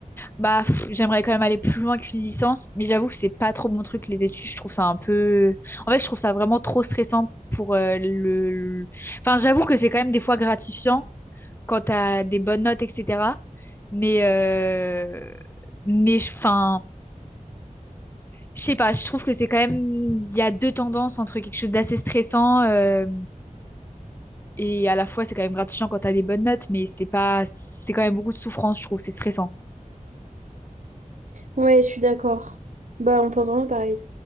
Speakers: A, on the left; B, on the right.
A: bah, pff, j'aimerais quand même aller plus loin qu'une licence, mais j'avoue que c'est pas trop mon truc, les études. Je trouve ça un peu. En fait, je trouve ça vraiment trop stressant pour euh, le. le- Enfin, j'avoue que c'est quand même des fois gratifiant quand t'as des bonnes notes, etc. Mais. euh, Mais, je- enfin, je sais pas, je trouve que c'est quand même. Il y a deux tendances entre quelque chose d'assez stressant euh, et à la fois, c'est quand même gratifiant quand t'as des bonnes notes, mais c'est pas. C'est quand même beaucoup de souffrance, je trouve, c'est stressant.
B: Ouais, je suis d'accord. Bah, on pense vraiment pareil.